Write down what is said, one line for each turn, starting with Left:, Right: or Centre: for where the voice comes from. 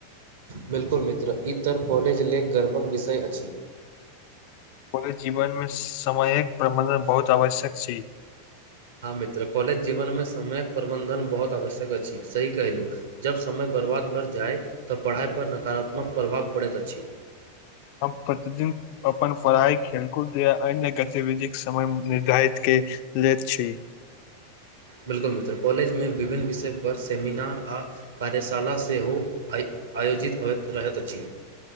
Right: बिल्कुल मित्र ई तऽ कॉलेज लेल गर्वक विषय अछि
Left: ओेय जीवन मे समयक प्रबंधन बहुत आवश्यक छी
Right: हँ मित्र कॉलेज जीवनमे समयक प्रबन्धन बहुत आवश्यक अछि सही कहलहुँ जब समय बर्बाद बढ़ जाय तऽ पढ़ाई पर नकारात्मक प्रभाव पड़ैत अछि
Left: आब कते दिन अपन पढ़ाई खेलकूद या अन्य गतिविधिक समय निर्धारित कैय लैत छी
Right: बिल्कुल मित्र कॉलेजमे विभिन्न विषयपर सेमिनार आ कार्यशाला सेहो आय आयोजित होइत रहैत अछि